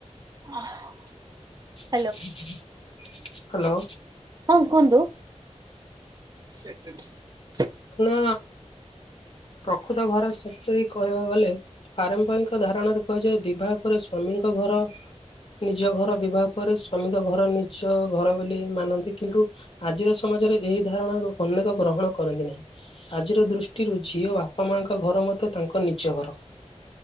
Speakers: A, on the right; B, on the left.
A: ଅହ୍
B: <unintelligible> ହାଲୋ।
A: ହଁ କୁହନ୍ତୁ? <unintelligible>
B: ନା ପ୍ରକୃତ ଘର ସେପରି କହିବାକୁ ଗଲେ, ପାରମ୍ପରିକ ଦା ଧାରଣରେ କୁହାଯାଏ, ବିବାହ ପରେ ସ୍ଵାମୀଙ୍କ ଘର ନିଜ ଘର, ବିବାହ ପରେ ସ୍ଵାମୀଙ୍କ ଘର ନିଜ ଘର ବୋଲି ମାନନ୍ତି କିନ୍ତୁ ଆଜିର ସମାଜରେ ଏହି ଧାରଣାକୁ ଅନେକ ଗ୍ରହଣ କରନ୍ତିନାହିଁ, ଆଜିର ଦୃଷ୍ଟି ଦୃଷ୍ଟିରୁ ଝିଅ ବାପାମାଙ୍କ ଘର ମଧ୍ୟ ତାଙ୍କ ନିଜ ଘର।